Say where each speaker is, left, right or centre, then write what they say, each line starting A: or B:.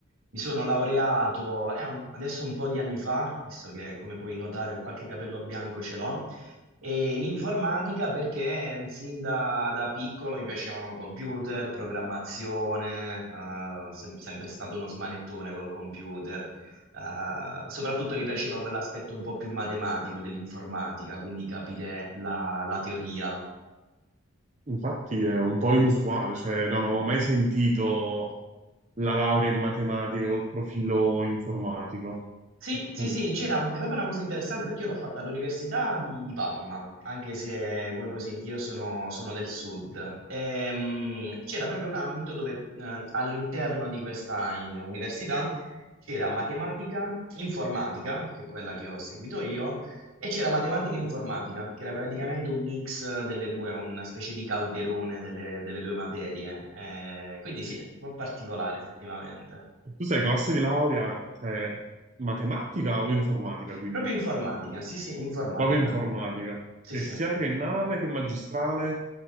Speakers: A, on the right (about 75°); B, on the right (about 35°).
A: Mi sono laureato eh, un- adesso un po' di anni fa, visto che come puoi notare qualche capello bianco ce l'ho, e in informatica perché sin da, da piccolo mi piacevano computer, programmazione, eh, sem- sempre stato uno smanettone col computer. Eh, soprattutto mi piaceva quell'aspetto un po' più matematico dell'informatica, quindi capire la, la teoria
B: Infatti è un po' inusuale, cioè non avevo mai sentito la laurea in matematica col profilo informatico.
A: Sì, sì,
B: Mm.
A: sì, c'era, è proprio una cosa interessante perché io l'ho fatta all'Università di, di Parma, anche se, come puoi sentire, io sono, sono del sud. Ehm, c'era proprio un ambito dove eh, all'interno di questa in- università c'era matematica, informatica, che è quella che ho seguito io, e c'era matematica e informatica, che era praticamente un mix delle due, una specie di calderone delle, delle due materie. Eh, quindi sì, un po' particolare effettivamente.
B: Tu sei classe di laurea, cioè, matematica o informatica, quindi?
A: Proprio informatica, sì, sì, informatica.
B: Proprio informatica.
A: Sì,
B: E
A: sì.
B: sia triennale che magistrale,